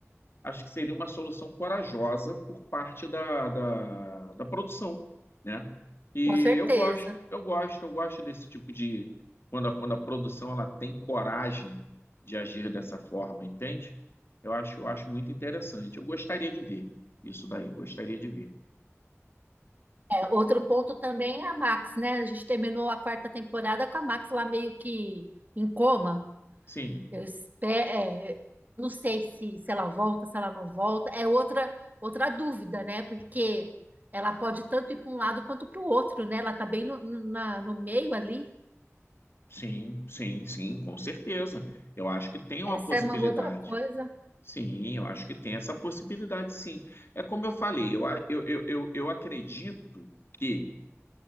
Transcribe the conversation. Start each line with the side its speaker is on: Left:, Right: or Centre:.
Left: acho que seria uma solução corajosa por parte da, da, da produção, né? E
Right: Com certeza.
Left: eu gosto, eu gosto, eu gosto desse tipo de quando a, quando a produção ela tem coragem de agir dessa forma, entende? Eu acho, eu acho muito interessante. Eu gostaria de ver isso daí, gostaria de ver.
Right: Outro ponto também é a Max, né? A gente terminou a quarta temporada com a Max lá meio que em coma.
Left: Sim,
Right: Eu espero, não sei se, se ela volta, se ela não volta. É outra outra dúvida, né? Porque ela pode tanto ir para um lado quanto para o outro, né? Ela tá bem no, na- no meio ali.
Left: sim, sim, sim, com certeza. Eu acho que tem uma
Right: Essa
Left: possibilidade.
Right: é uma outra coisa.
Left: Sim, eu acho que tem essa possibilidade, sim. É como eu falei, eu, a- eu, eu, eu, eu acredito que,